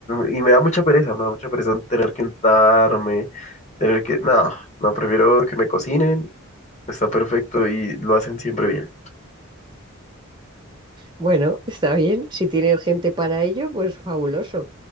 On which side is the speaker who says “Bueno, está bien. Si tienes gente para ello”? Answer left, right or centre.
Right